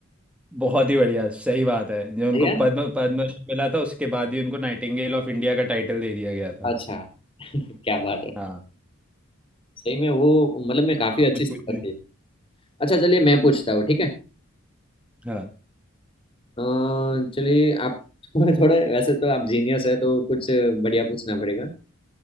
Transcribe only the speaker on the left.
सही
है
अच्छा <laughs> क्या बात है
सही में वो मतलब मैं काफी
अच्छी
सिंगर
थी अच्छा चलिए मैं पूछता हूँ ठीक है
अ, चलिए आप <laughs> थोड़ा वैसे तो आप जीनियस है तो कुछ बढ़िया पूछना पड़ेगा